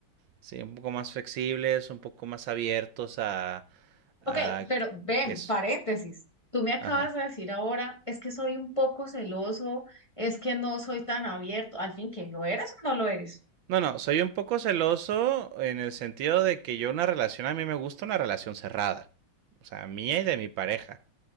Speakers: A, on the right (about 75°); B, on the left (about 20°).
A: Sí, un poco más flexibles, un poco más abiertos a, a
B: Ok, pero
A: que-
B: ven,
A: eso.
B: paréntesis. Tú me acabas
A: Ajá.
B: de decir ahora, es que soy un poco celoso, es que no soy tan abierto. Al fin, ¿qué? ¿Lo eres o no lo eres?
A: No, no, soy un poco celoso en el sentido de que yo una relación, a mí me gusta una relación cerrada. O sea, mía y de mi pareja.